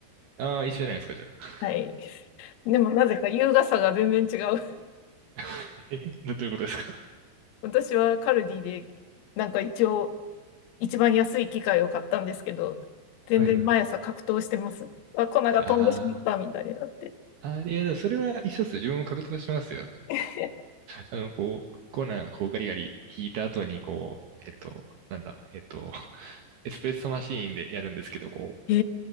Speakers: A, on the right (about 60°); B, on the left (about 85°).
A: ああ、一緒じゃないですか、じゃあ。
B: はい。でもなぜか優雅さが全然違う。<laughs>
A: <laughs> え、どどういうことですか
B: 私はカルディで、なんか一応、一番安い機械を買ったんですけど、全然毎朝格闘してます。
A: はいはい。
B: あ、粉が飛んでしまったみたいになって。
A: ああ。ああ、いや、でもそれは一緒っすよ。自分も格闘してますよ。
B: <laughs>
A: あの、こう、コーナー、こう、ガリガリ引いた後に、こう、えっと、なんだ、えっと、<laughs> エスプレッソマシーンでやるんですけど、こ
B: へ